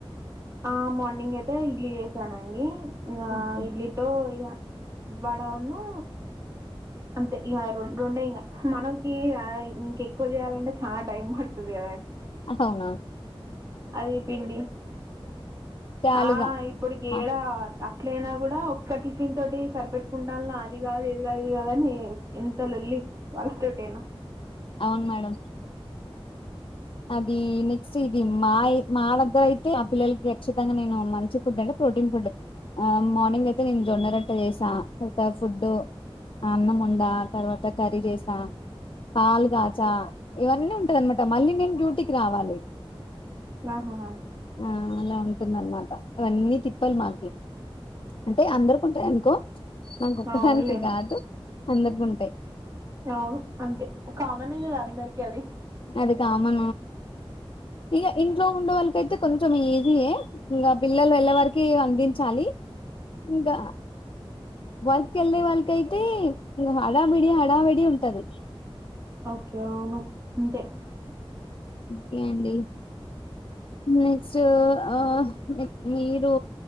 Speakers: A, on the right; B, on the left.
A: ఆ మార్నింగ్ అయితే ఇడ్లీ చేసానండి ఇక
B: ఓకే
A: ఇడ్లీతో ఇగ వడాను అంతే ఇక రెండే ఇంకా మనకి ఇంక ఎక్కువ చేయాలంటే చాలా టైం పడుతుది కదా
B: అవునా
A: అది పిండి
B: చాలుగా
A: ఆ ఇప్పుడుకిడా
B: ఆ.
A: ఎట్లైనా కూడా ఒక్క టిఫిన్ తోటి సరిపెట్టుకుంటాలా అది కాదు ఇది కాదు ఇది కాదని ఎంతలోల్లి వాళ్ళతొటేనా
B: అవును మేడం అది నెక్స్ట్ ఇది మాఇ మా దగ్గర అయితే ఆ పిల్లలకి ఖచ్చితంగా నేను మంచి ఫుడ్ అంటే ప్రోటీన్ ఫుడ్ ఆ మార్నింగ్ అయితే నేను జొన్న రొట్టె చేసా తర్వాత ఫుడ్ అన్నం వండ తర్వాత కర్రీ చేసా పాలుగాచ ఇవన్నీ ఉంటదనమాట మళ్ళీ నేను తుటికిరావాలి
A: ఆహా
B: అ అలా ఉంటుంది అన్నమాట అవన్నీ తిప్పలు మాకి అంటే అందరికుంటాయి అనుకో నాకొక్కదానికి
A: అవునులే
B: కాదు అందరికుంటాయి
A: అవును అంతే కామన్ కదా అందరికి అది
B: అది కా ఉ ఇక ఇంట్లో ఉండేవాళ్ళకి అయితే కొంచెం ఈజీయె ఇంకా పిల్లలు వెళ్ళే వారికి చాలి ఇంకా వర్క్ క్కి వెళ్ళే వాళ్ళకి అయితే హడాబడి హడాబడి ఉంటది
A: ఓకే అవును అంతే
B: కే అండి నెక్స్ట్ ఆ న మీరు